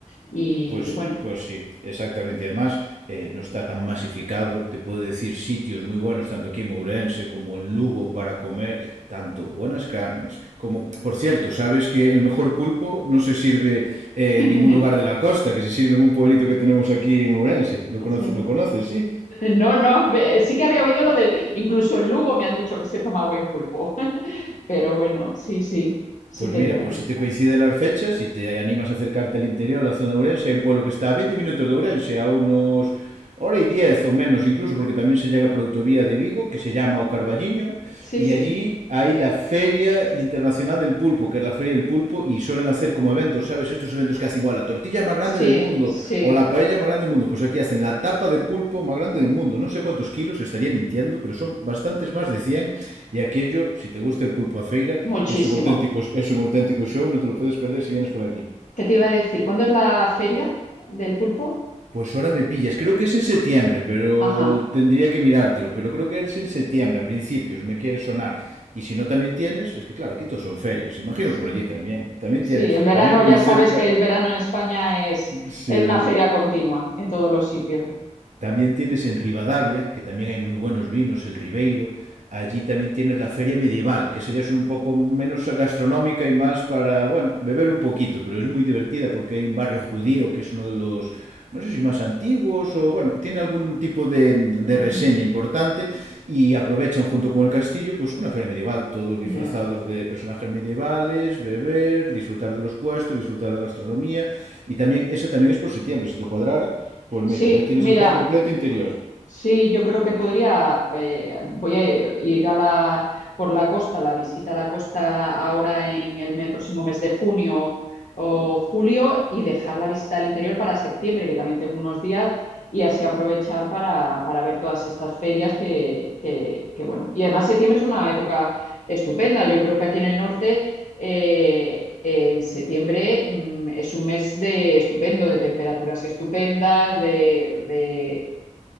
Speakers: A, on the left (about 80°); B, on the right (about 75°).
A: Y,
B: Pues,
A: y bueno,
B: pues sí, exactamente. Y además, eh, no está tan masificado. Te puedo decir sitios muy buenos, tanto aquí en Ourense como en Lugo, para comer tanto buenas carnes como, por cierto, sabes que el mejor pulpo no se sirve eh,
A: <laughs>
B: en ningún lugar de la costa, que se sirve en un pueblito que tenemos aquí en Ourense. ¿Lo, conoce-
A: sí.
B: lo conoces, sí?
A: no, no, sí que había oído lo de, incluso en Lugo me han dicho que se toma buen pulpo, <laughs> pero bueno, sí, sí, sí
B: Pues
A: que
B: mira,
A: es verdad.
B: por si te coinciden las fechas y te animas a acercarte al interior, a la zona de Ourense, hay un pueblo que está a 20 minutos de Ourense, a unos hora y diez o menos incluso, porque también se llega por autovía de Vigo, que se llama O Carballiño,
A: Sí,
B: y
A: sí,
B: allí hay la Feria Internacional del Pulpo, que es la Feria del Pulpo, y suelen hacer como eventos, ¿sabes? Estos eventos que hacen igual la tortilla más grande
A: sí,
B: del mundo
A: sí,
B: o la paella más grande del mundo. Pues aquí hacen la tapa de pulpo más grande del mundo. No sé cuántos kilos, estaría mintiendo, pero son bastantes más de 100. Y aquello, si te gusta el pulpo a feira,
A: muchísimo.
B: es un auténtico, es un auténtico show, no te lo puedes perder si vienes por aquí.
A: ¿Qué te iba a decir? ¿Cuándo es la feria del pulpo?
B: Pues ahora me pillas, creo que es en septiembre, pero
A: Ajá,
B: tendría que mirártelo, pero creo que es en septiembre, a principios, me quiere sonar. Y si no también tienes, es que claro, aquí todos son ferias, imagino
A: sí.
B: que por allí también, también
A: Sí,
B: tienes,
A: el verano,
B: también
A: ya
B: muy
A: sabes
B: cerca,
A: que el verano en España es,
B: sí,
A: es una feria continua en todos los sitios.
B: También tienes en Rivadavia, que también hay muy buenos vinos, el Ribeiro. Allí también tienes la feria medieval, que esa ya es un poco menos gastronómica y más para, bueno, beber un poquito, pero es muy divertida porque hay un barrio judío que es uno de los, no sé si más antiguos o, bueno, tiene algún algún tipo de, de
A: Ujú.
B: reseña importante y aprovechan junto con el castillo pues una feria medieval, todos disfrazados
A: Ya.
B: de personajes medievales, beber, disfrutar de los puestos, disfrutar de la gastronomía y también esa también es por septiembre, si te cuadrara, pues
A: Sí,
B: mira, ya tienes
A: mira,
B: el pack completo interior.
A: Sí, yo creo que podría, eh, voy a ir a la, por la costa, la visita a la costa ahora en el me- próximo mes de junio o julio y dejar la visita al interior para septiembre, que también tengo unos días, y así aprovechar para, para ver todas estas ferias que, que- que, bueno. Y además septiembre es una época estupenda. Yo creo que aquí en el norte, eh, en septiembre, mm, es un mes de estupendo, de temperaturas estupendas, de de-